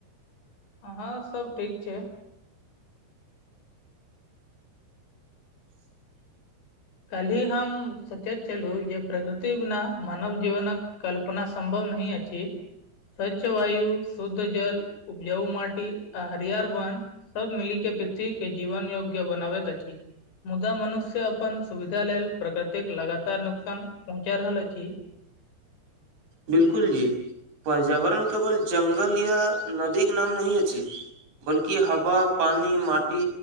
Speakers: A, on the left (about 65°); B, on the right (about 65°).
A: हँ हँ सब ठीक छै कल्हि हम सोचैत छलू जे प्रकृति बिना मानव जीवनक कल्पना सम्भव नहि अछी स्वच्छ वायु शुद्ध जल उपजाउ मटी आ हरियर वन सब मिली के पृथ्वी के जीवन योग्य बनाबैत अछि मुदा मनुष्य से अपन सुविधा लेल प्रकृतिक लगातार नुकसान पहुँचा रहल अछि
B: बिल्कुल जी पर्यावरण केवल जङ्ंगल या नदी के नाम नहि अछि बल्कि हवा पानी माटी